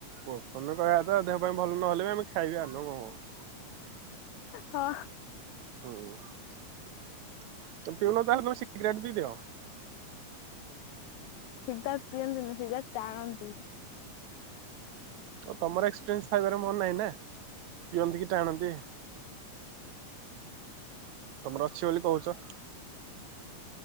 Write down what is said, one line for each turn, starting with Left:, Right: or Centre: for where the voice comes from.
Right: ଓ ତମେ କହିବା କଥା ଦେହ ପାଇଁ ଭଲ ନହଲେ ବି ଆମେ ଖାଇବା ନା ଆ କଣ?
Left: ହଁ।
Right: ହୁଁ ତମେ ପିଉନ ତାହେଲେ ତମେ ସିଗରେଟ ପିଇଦିଅ।
Left: ସିଗାରେଟ୍ ପିଅନ୍ତିନି ସିଗାରେଟ୍ ଟାଣନ୍ତି।
Right: ଓ ତମର ଏକ୍ସପିରିଏନ୍ସ ଥାଇପାରେ ମୋର ନାହିଁ ନା ପିଅନ୍ତି କି ଆଣନ୍ତି? ତମର ଅଛି ବୋଲି କହୁଚ।